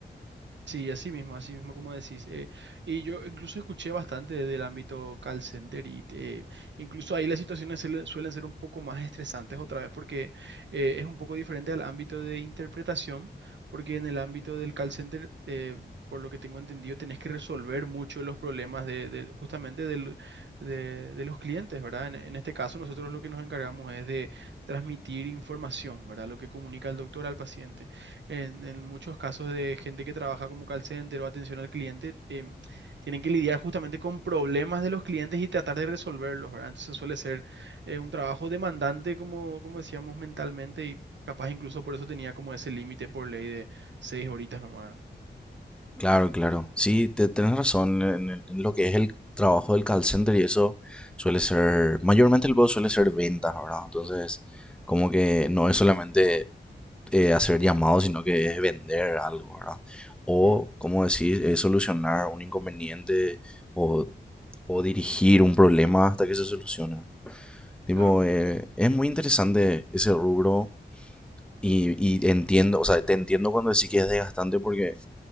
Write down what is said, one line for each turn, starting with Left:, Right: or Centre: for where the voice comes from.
Right: Sí, así mismo, así mismo como decís. Eh, y yo incluso escuché bastante del ámbito call center y eh, incluso ahí las situaciones suelen suelen ser un poco más estresantes otra vez porque eh, es un poco diferente al ámbito de interpretación, porque en el ámbito del call center, eh, por lo que tengo entendido, tenés que resolver mucho los problemas de, de- justamente del- de, de los clientes, ¿verdad? En, en este caso, nosotros lo que nos encargamos es de transmitir información, ¿verdad? Lo que comunica el doctor al paciente. En, en muchos casos de gente que trabaja como call center o atención al cliente, em, tienen que lidiar justamente con problemas de los clientes y tratar de resolverlos, ¿verdad? Entonces suele ser eh, un trabajo demandante, como, como decíamos, mentalmente y capaz incluso por eso tenía como ese límite por ley de seis horitas nomás.
Centre: Claro, claro. Sí, te, tenés razón en, el- en lo que es el trabajo del call center y eso suele ser, mayormente el juego suele ser ventas, ¿verdad? Entonces, como que no es solamente eh, hacer llamados, sino que es vender algo, ¿verdad? O,
Right: ¿no? Mm,
Centre: como decís, es solucionar un inconveniente o, o dirigir un problema hasta que se solucione. Tipo,
Right: claro.
Centre: eh, es muy interesante ese rubro y, y entiendo, o sea, te entiendo cuando decís que es desgastante porque